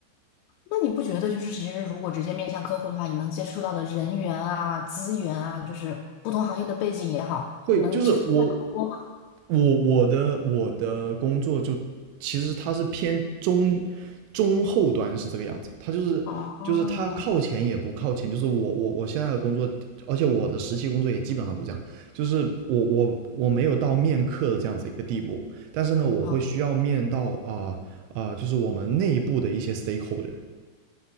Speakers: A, on the left (about 85°); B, on the right (about 80°).
A: 那你不觉得就是其实如果直接面向客户的话，你能接触到的人员啊、资源啊，就是不同行业的背景也好，
B: 会就是我
A: 能这个机会更多吗？
B: 我我的我的工作就其实它是偏中中后端是这个样子，它就是就是它靠前也不靠前，
A: 哦
B: 就是我我我现在的工作，而且我的实习工作也基本上都这样，就是我我我没有到面客的这样子一个地步，但是呢，我会需要面到啊啊、
A: 哦
B: 呃呃就是我们内部的一些 stakeholder。